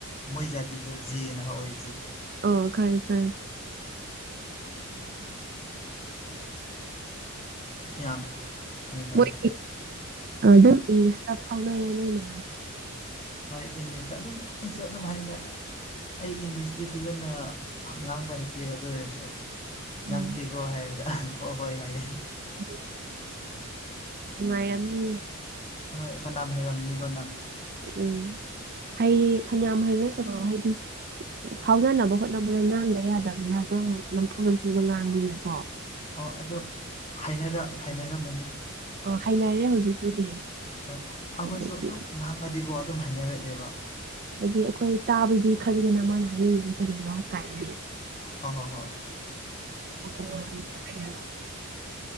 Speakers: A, on the left (about 30°); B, on the right (about 45°).
A: ꯃꯣꯏ ꯖꯥꯇꯤꯗꯣ ꯖꯤꯑꯅ ꯍꯏ
B: ꯑꯣ ꯈꯥꯏ ꯈꯔ
A: ꯌꯥꯝ ꯀꯩꯅꯣ ꯇꯧꯋꯤ
B: ꯃꯣꯏꯗꯤ ꯑꯗꯨꯝ ꯏꯪꯂꯤꯁꯇ ꯐꯥꯎꯅꯌꯦꯅꯦꯅꯦ
A: ꯍꯣꯏ ꯏꯪꯂꯤꯁꯇ ꯑꯗꯨꯝ ꯑꯩꯁꯨ ꯑꯗꯨꯝ ꯍꯥꯏꯅ ꯑꯩ ꯏꯪꯂꯤꯁꯇꯤ ꯐꯖꯅ ꯉꯥꯡꯕ ꯍꯩꯇꯦ ꯑꯗꯨ ꯑꯣꯏꯔꯁꯨ
B: ꯎꯝ
A: ꯉꯥꯡꯈꯤꯦꯀꯣ ꯍꯥꯏꯔꯒ ꯍꯣꯏ ꯍꯣꯏ ꯍꯥꯏꯌꯦꯦ
B: <inaudible> ꯃꯥꯏ ꯌꯥꯝꯅꯤ
A: ꯍꯣꯏ ꯐꯅꯝ ꯍꯩꯔꯝꯅꯤꯒꯣ ꯅꯪ
B: ꯎꯝ ꯍꯩ ꯐꯅꯌꯥꯝ ꯍꯩꯕ ꯅꯠꯇꯣ ꯍꯥꯏꯗꯤ ꯐꯥꯎꯅꯅꯕ ꯍꯣꯠꯅꯕꯗ ꯉꯥꯡꯕ ꯌꯥꯗꯕꯅꯤꯅ ꯑꯗꯨꯝ ꯅꯝꯐꯨ ꯅꯝꯐꯨꯗꯣ ꯉꯥꯡꯕꯤꯅꯀꯣ
A: ꯑꯣ ꯑꯗꯨꯣ ꯍꯥꯏꯅꯔꯝꯕꯅꯤ
B: ꯑꯣ ꯍꯥꯏꯅꯔꯦ ꯍꯧꯖꯤꯛꯄꯨꯗꯤ
A: ꯍꯣꯏ ꯑꯩꯈꯣꯏꯁꯨ
B: ꯍꯥꯏꯗꯤ
A: ꯑꯗꯨꯝ ꯉꯥꯡꯉꯗꯤꯀꯣ ꯑꯗꯨꯝ ꯍꯥꯏꯅꯔꯛꯑꯦꯕ
B: ꯍꯥꯏꯗꯤ ꯑꯩꯈꯣꯏ ꯇꯥꯕꯗꯤ ꯈꯪꯈꯤꯗꯅ ꯃꯥꯅ ꯍꯥꯏꯅꯤꯡꯉꯤꯁꯦ ꯀꯔꯤꯅꯣ ꯀꯥꯏꯒ
A: ꯍꯣꯏ ꯍꯣ ꯍꯣꯏ
B: ꯑ